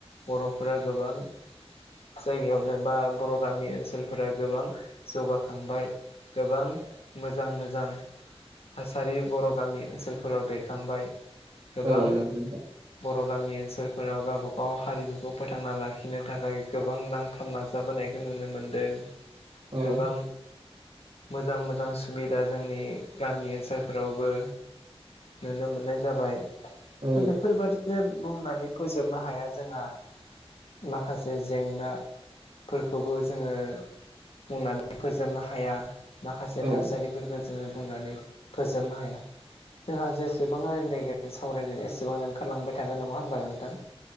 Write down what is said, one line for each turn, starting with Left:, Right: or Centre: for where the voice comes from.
Left: बर'फोरा गोबां जायगायावनो बा बर' गामि ओनसोलफोरा गोबां जौगाखांबाय। गोबां मोजां मोजां थासारि बर' गामि ओनसोलफोराव बेरखांबाय। गोबां
Right: औ नंगौ नोंथां
Left: बर' गामि ओनसोलफोराव गावबागाव हारिमुखौ फोथांना लाखिनो थाखाय गोबां नां थाब नाजाबोनायखौ नुनो मोनदों।
Right: औ
Left: गोबां मोजां मोजां सुबिदा जोंनि गामि ओनसोलफोरावबो नुनो मोननाय जाबाय। दा
Right: औ
Left: बेफोरबादि नो बुंनानै फोजोबनो हाया जोंहा। माखासे जेंनाफोरखौबो जोङो बुंनानै फोजोबनो हाया। माखासे
Right: औ
Left: थासारिफोरखौ जोङो बुंनानै फोजोबनो हाया। जोंहा जेसेबां राय लायगोन सावरायगोन एसेबां ओंखारलांबाय थागोन नङा होमबा नोंथां।